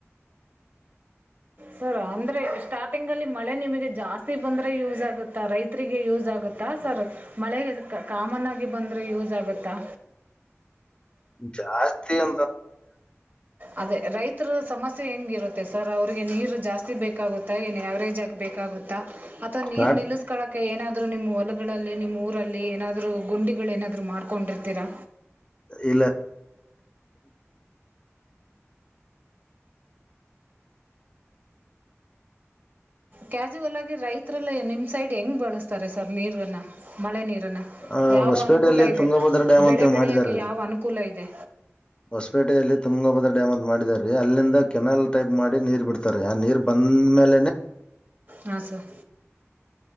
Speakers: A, on the right; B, on the left.
A: ಸರ್ ಅಂದ್ರೆ ಸ್ಟಾರ್ಟಿಂಗ್ ಅಲ್ಲಿ ಮಳೆ ನಿಮಗೆ ಜಾಸ್ತಿ ಬಂದ್ರೆ ಯೂಸ್ ಆಗುತ್ತಾ ರೈತರಿಗೆ ಯೂಸ್ ಆಗುತ್ತೆ ಆಾ ಸರ್ ಮಳೆಗೆ ಕಾಮನ್ ಆಗಿ ಬಂದ್ರೆ ಯೂಸ್ ಆಗುತ್ತಾ
B: ಜಾಸ್ತಿ ಒ
A: ಅದೇ ರೈತರ ಸಮಸ್ಯೆ ಹೆಂಗಿರುತ್ತೆ ಸರ್ ಅವ್ರಿಗೆ ನೀರು ಜಾಸ್ತಿ ಬೇಕಾಗುತ್ತಾ ಏನ ಯಾವರೇಜ್ ಆಗಬೇಕ ುತ್ತಾ ಅಥವಾ
B: ಸ್ಟಾರ್ಟ್
A: ನೀರ್ ನಿಲ್ಲಿಸಕೊಳ್ಳಕ ಏನಾದ್ೂ ನಿಮ್ ಹೊಲ ಗಳಲ್ಲಿ ನಿಮ್ಮ ಊರಲ್ಲಿ ಏನಾದ್ೂ ಗುಂಡಿಗಳು ಏನಾದ್ರು ಮಾಡ್ಕೊಂಡಿರ್ತೀರಾ
B: ಇಲ್ಲ
A: ಕ್ಯಾಜುವಲ್ ಆಗಿ ರೈತರೆಲ್ಲ ನಿಮ್ ಸೈಡ್ ಹೆಂಗ್ ಬಳಸ್ತಾರೆ ಸರ್ ನೀರನ್ನ ಮಳೆ ನೀರು
B: ಆ,
A: ಯಾವ
B: ಹೊಸಪೇಟೆಯಲ್ಲಿ
A: ಅನುಕೂಲ ಇದೆ
B: ತುಂಗಭದ್ರ ಡ್ಯಾಮ್
A: ಬೆಳೆ
B: ಅಂತೇಳಿ
A: ಬೆಳೆಯಕ್ಕೆ
B: ಮಾಡಿದಾರೀ
A: ಯಾವ ಅನುಕೂಲ ಇದೆ
B: ಹೊಸಪೇಟೆಯಲ್ಲಿ ತುಮಂಗಭದ್ರ ಡ್ಯಾಮ್ ಅಂತ ಮಾಡಿದ ಅಲ್ಲಿಂದ ಕೆನಾಲ್ ಟೈಪ್ ಮಾಡಿ ನೀರ್ ಬಿಡ್ತಾರೆ ಆ ನೀರ್ ಬಂದ ಹ್ಮ ಮೇಲೆನೆ
A: ಹಾ ಸರ್